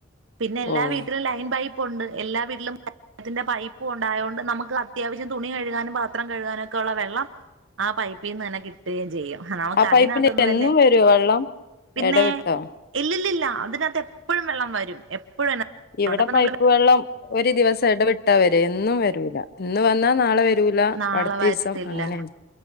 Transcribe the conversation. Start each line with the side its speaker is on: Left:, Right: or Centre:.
Right: പിന്നെ എല്ലാ
Left: ഓഹ്
Right: വീട്ടിലും ലൈൻ പൈപ്പുണ്ട്. എല്ലാ വീട്ടിലും വള്ളത്തിന്റെ പൈപ്പുംണ്ടായത് കൊണ്ട് നമുക്ക് അത്യാവശ്യം തുണി കഴുകാനും പാത്രം കഴുകാനും ഒക്കെ ഉള്ള വെള്ളം ആ പൈപ്പിൽ നിന്ന് തന്നെ കിട്ടുകയും ചെയ്യും നമുക്ക്
Left: ആ പൈപ്പില്
Right: അതിനകത്തൊന്നും
Left: എന്നും
Right: അല്ലേ
Left: വരോ വെള്ളം
Right: പിന്നെ
Left: എടവിട്ടോ?
Right: ഇല്ലില്ല അതിനകത്ത് എപ്പോഴും വെള്ളം വരും എപ്പോഴും അതിനകത്തുണ്ട്
Left: ഇവിടെ
Right: അപ്പൊ
Left: പൈപ്പ്
Right: നമ്മള്
Left: വെള്ളം ഒരു ദിവസം ഇടവിട്ടാ വര് എന്നും വരൂല ഇന്ന് വന്നാ നാളെ വരൂല
Right: നാളെ
Left: പടുത്ത
Right: വരത്തില്ല
Left: ദിവസം അങ്ങനെയ